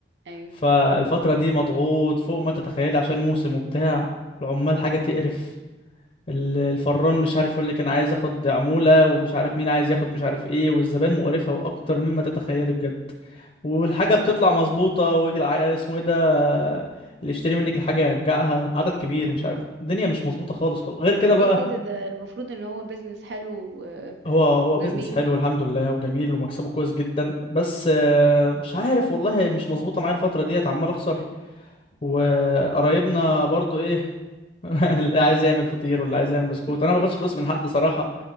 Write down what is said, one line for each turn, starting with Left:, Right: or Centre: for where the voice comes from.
Right: ايوه
Left: فالفتره دي مضغوط فوق ما تتخيلي عشان موسم وبتاع العمال حاجه تقرف ال- الفران مش عارف يقول لك انا عايز اخد عمولة ومش عارف مين عايز ياخد مش عارف ايه والزبائن مقرفة واكتر مما تتخيلي بجد والحاجة بتطلع مظبوطة ويجي الع- اسمه ايه ده اللي يشتري منك الحاجة يرجعها عدد كبير مش عارف الدنيا مش مظبوطة خالص خالص غير كده
Right: طب
Left: بقى
Right: ليه كده ده المفروض ان هو بيزنس حلو و-
Left: هو هو
Right: وجميل
Left: بيزنس حلو الحمد لله وجميل ومكسبه كويس جدا بس آه، مش عارف والله مش مظبوطة معايا الفترة ديت عمال اخسر وقرايبنا برضو ايه <laughs> اللي عايز يعمل فطير واللي عايز يعمل بسكوت
Right: <laughs>
Left: انا ما باخدش فلوس من حد صراحه